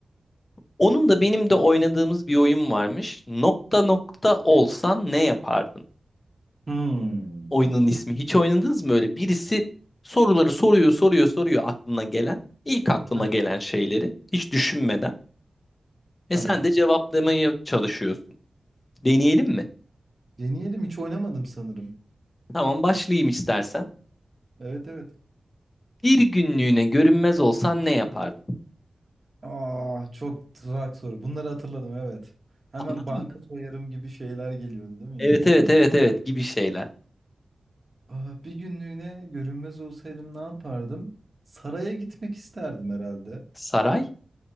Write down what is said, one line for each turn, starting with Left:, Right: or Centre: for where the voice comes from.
Left: Onun da benim de oynadığımız bir oyun varmış. Nokta nokta olsan ne yapardın?
Right: Hmm.
Left: Oyunun ismi. Hiç oynadınız mı öyle? Birisi soruları soruyor soruyor soruyor aklına gelen. ilk aklıma
Right: Heh,
Left: gelen şeyleri hiç düşünmeden. Ve
Right: tamam.
Left: sen de cevaplamaya çalışıyorsun. Deneyelim mi?
Right: Deneyelim hiç oynamadım sanırım.
Left: Tamam başlayayım istersen.
Right: Evet evet.
Left: Bir günlüğüne görünmez olsan ne yapardın?
Right: Aa, çok tuzak soru. Bunları hatırladım evet. Hemen
Left: Anladın
Right: banka
Left: mı?
Right: soyarım gibi şeyler geliyordu değil mi
Left: Evet
Right: insanlar?
Left: evet evet evet gibi şeyler.
Right: Aa, bir günlüğüne görünmez olsaydım ne yapardım? Saraya gitmek isterdim herhalde.
Left: Saray?